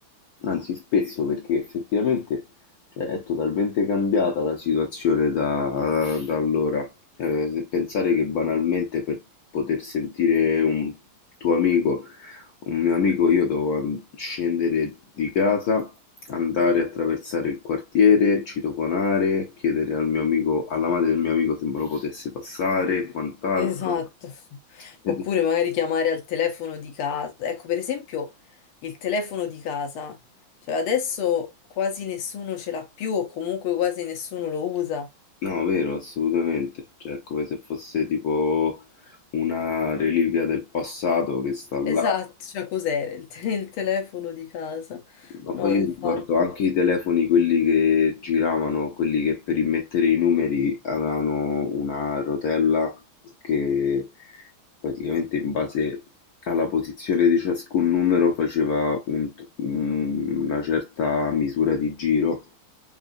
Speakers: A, on the left (about 60°); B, on the left (about 80°).
A: Anzi, spesso perché effettivamente cioè, è totalmente cambiata la situazione da, da allora. Cioè, se pensare che banalmente per poter sentire un tuo amico, un mio amico, io dovevo an- scendere di casa, andare a attraversare il quartiere, citofonare, chiedere al mio amico, alla madre del mio amico se me lo potesse passare, quant'altro.
B: Esatto.
A: <laughs>
B: Oppure magari chiamare al telefono di casa. Ecco, per esempio, il telefono di casa. Cioè adesso quasi nessuno ce l'ha più o comunque quasi nessuno lo usa.
A: No, vero, assolutamente. Cioè, è come se fosse tipo una reliquia del passato che sta là.
B: Esatto, cioè cos'era il, te- il telefono di casa?
A: Ma
B: No,
A: poi io
B: infatti.
A: ricordo anche i telefoni, quelli che giravano, quelli che per immettere i numeri avevano una rotella che praticamente in base alla posizione di ciascun numero faceva un t- un- una certa misura di giro